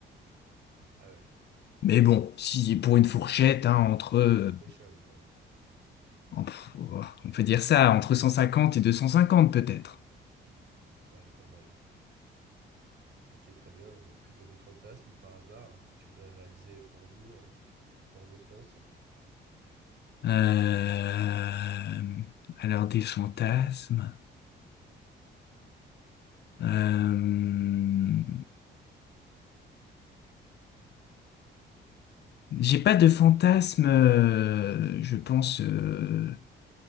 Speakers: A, on the right; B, on the left.
A: Ah ouais,
B: Mais bon, si pour une fourchette, hein, entre euh,
A: t'es une cochonne, quoi.
B: on pff, oh, on peut dire ça, entre 150 et 250 peut-être.
A: Ouais, pas mal. Ok, très bien. Est-ce que tu as des fantasmes par hasard que tu voudrais réaliser pour nous, euh, pour nos France?
B: Euh, alors des fantasmes. Euh, j'ai pas de fantasmes, euh, je pense, euh,